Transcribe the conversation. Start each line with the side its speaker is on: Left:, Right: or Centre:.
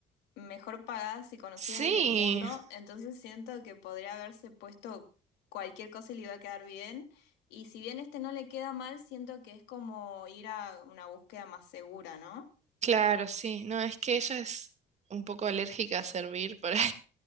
Left: mejor pagadas y conocidas
Right: Sí,
Left: del mundo, entonces siento que podría haberse puesto cualquier cosa y le iba a quedar bien. Y si bien este no le queda mal, siento que es como ir a una búsqueda más segura, ¿no?
Right: claro, sí, no, es que ella es un poco alérgica a servir por ahí,